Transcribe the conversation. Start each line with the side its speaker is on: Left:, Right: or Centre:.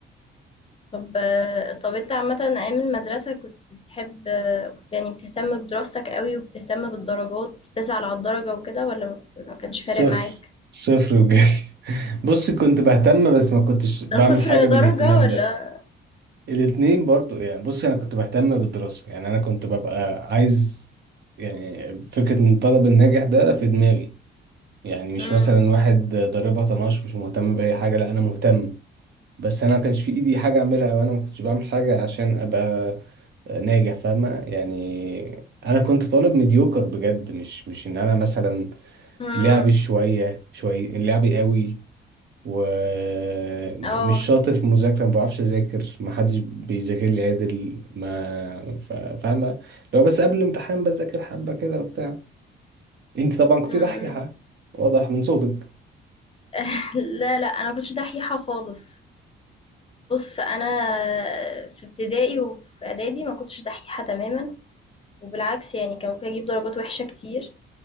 Left: طب طب انت عامة أيام المدرسة كنت بتحب كنت يعني بتهتم بدراستك قوي وبتهتم بالدرجات بتسعى على الدرجة وكده ولا ما ما كانش
Right: صفر
Left: فارق معاك؟
Right: صفر بجد <laughs> بص كنت بهتم بس ما كنتش بعمل
Left: ده صفر
Right: حاجه
Left: درجة
Right: بالاهتمام
Left: ولا
Right: ده الاتنين برضو يعني بص انا كنت بهتم بالدراسة يعني انا كنت ببقى عايز يعني فكرة ان الطالب الناجح ده في دماغي يعني مش
Left: امم
Right: مثلا واحد ضاربها طناش مش مهتم بأي حاجة لا انا مهتم بس انا ما كانش في ايدي حاجة اعملها وانا ما كنتش بعمل حاجة عشان ابقى ناجح فاهمة يعني انا كنت طالب مديوكر بجد مش مش ان انا مثلا
Left: امم
Right: لعبي شوية شوية لعبي قوي ومش
Left: اه
Right: شاطر في المذاكرة ما بعرفش أذاكر ما حدش بيذاكر لي عدل ما ف- فاهمة لو بس قبل الامتحان بذاكر حبة كده وبتاع أنت طبعا كنت
Left: مم.
Right: دحيحة واضح من صوتك
Left: <laughs> لا لا انا كنتش دحيحة خالص بُص، أنا في ابتدائي وفي إعدادي ما كنتش دحيحة تمامًا، وبالعكس يعني كان ممكن أجيب درجات وِحشة كتير،